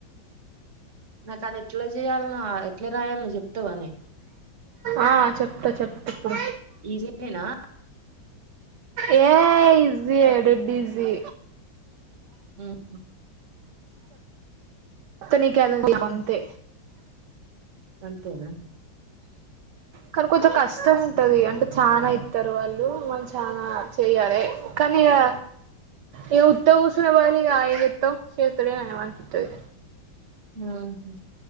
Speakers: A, on the right (about 40°); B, on the right (about 70°).
A: నాకది ఎట్ల జెయాల్నా ఎట్ల రాయాల్నో చెప్తవనె
B: ఆ చెప్తా చెప్త ఇప్పుడు
A: ఈజి నేనా
B: a easy a dead easy
A: ఉ హు
B: <unintelligible> అంతే
A: అంతేనా
B: కాని కొంచెం కష్టం ఉంటది అంటే చానా ఇత్తరు వాళ్ళు మన చానా చెయ్యాలే కానీ ఇగా ఇగా ఉత్త కూసునేబదులు ఇగా ఏం జేత్తవు చేేత్తడే అనిమనిపిత్తది
A: ఉహు